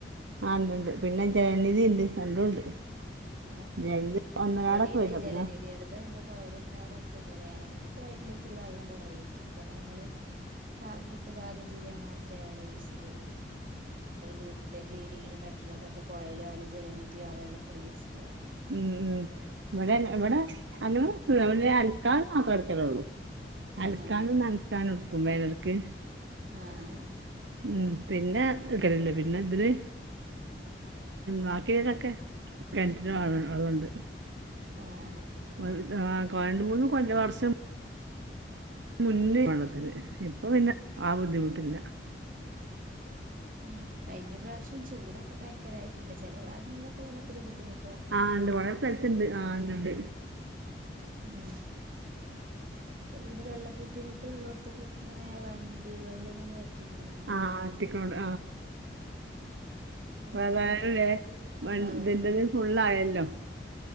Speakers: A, on the right; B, on the right.
A: ആ ണ്ടണ്ട് പിന്നെ ജെനനിധി ഉണ്ട് രണ്ടും ഉണ്ട്
B: ആ
A: ജലനിധി ഒന്നരാടൊക്കെ
B: ഇവിടെയുണ്ട്
A: വരും
B: ജലനിധിയെ
A: പിന്നെ
B: ടെതും ഒണ്ട് കൊഴലും കെണറും ഒക്കെ ഉണ്ട് വേനല് ക്ക്‌ കോയലിൽ ത്തിരി വെള്ളം കുറയും അപ്പൊ നമ്മള് ഫുഡ് പാകം ചെയ്യാൻ മാത്രം കെണറ്റിലെ വെള്ളം യൂസ് ചെയ്യള്ളൂ വീട്ടി വീട്ടില് ക്ലീനിങ്ങിനും മറ്റുള്ളതൊക്കെ കൊയലിലെ വലിച്ച് ജലനിധിയോ വെള്ളക്കൂടെ യൂസ് യ്യ
A: ഉം ഉം ഇവിടെ ഇവിടെ അങ്ങനൊന്നും ല്ലപിന്നെ അലക്കാൻ മാത്ര എടുക്കലെള്ളു അലക്കാനും
B: ആഹ്
A: നനക്കാനും എട്ക്കും <unintelligible>
B: ആആ
A: ഉം പിന്നെ എടുക്കലില്ല പിന്നെ ഇതില് ബാക്കിയുള്ളക്കെ കെണറ്റില്
B: ആഹ്
A: വെള്ള വെള്ളമൊണ്ട്
B: ആഹ് ആഹ്
A: <unintelligible> രണ്ട് മൂന്ന് കൊല്ല വർഷം മുന്നേ വെള്ളത്തിന് ഇപ്പൊ പിന്നെ ആ ബുദ്ധിമുട്ട് ഇല്ല
B: ഉം കഴിഞ്ഞ പ്രാവശ്യം ചൂടൊക്കെ ഭയങ്കരയിട്ട്ണ്ട് ചെല ഭാഗങ്ങളിലൊക്കെ വെള്ളംഇത്തിരി ബുദ്ധിമു
A: ആ ഉണ്ട് വളരെ സ്ഥലത്തുണ്ട് ആ ണ്ട്
B: ഉം അപ്പ പിന്നെ വെള്ള ബുദ്ധിമുട്ടള്ളോടത്തക്കൊക്കെ ഇങ്ങനെ വണ്ടികള് ഇങ്ങനെ വ എത്തിക്കണാണ്
A: ആ
B: ഇവിടങ്ങളൊക്കെ
A: എത്തിക്കണോണ്ട്
B: അതുകൊണ്ട്
A: അപ്പോ അതായല്ലേ
B: പിന്നെ അത്രത്തന്നെ ബുദ്ധിമുട്ടുണ്ടാവലില്ല
A: വ ഇതിന്റേതു ഫുള്ളായല്ലോ